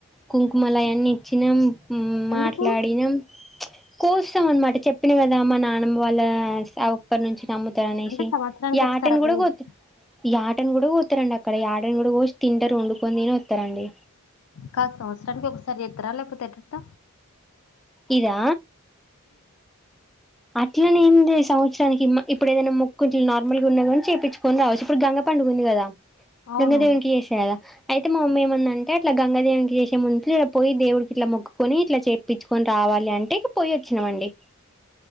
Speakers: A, in the centre; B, on the left.
A: కుంకుమలయన్ని ఇచ్చినం మ్మ్
B: ఎందుకు
A: మాట్లాడినం కోస్తామన్మట చెప్పినా కదా మా నానమ్మ వాళ్ళ సావుపర్ నుంచి నమ్ముత అనేసి
B: అంటే సంవత్సరానికి
A: యాటన్
B: ఒకసారి అట్లా
A: కూడా
B: చే-
A: గోత్తాం యాటన్ కూడా కోత్తారండి అక్కడ యాటన్ కూడా కోసి తింటారు వండుకొని తినోత్తారండీ
B: కాద్ సంవత్సరానికి ఒకసారి చేస్తరా లేకపోతే ఎటెట్ట
A: ఇదా అట్లనేంలే సంవత్సరానికి మ ఇప్పుడు ఏదైనా మొక్కు ఇట్లు నార్మల్గా ఉన్నా కాని చేపిచ్చుకొని రావచ్చు ఇప్పుడు గంగ పండుగా ఉంది ఉందిగదా
B: అవును
A: నిన్న దేవునికి చేసిన గదా అయితే మామమ్మీ ఏమందంటే ఇట్లా గంగాదేవినికి చేసే ముందు పోయి దేవుడికి ఇట్లా మొక్కుకొని ఇట్లా చేపిచ్చుకొని రా వాలి అంటే ఇగా పోయొచ్చినామండి